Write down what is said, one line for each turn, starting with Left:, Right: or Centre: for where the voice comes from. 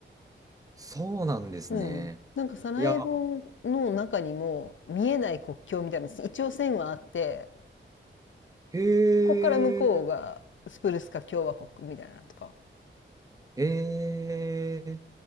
Right: そうなんですね。
Left: うんなんかサラエボの中にも見えない国境みたいなの一応線はあって
Right: いや、へえ、
Left: こっから向こうがスプルスカ共和国みたいなのとか。
Right: ええ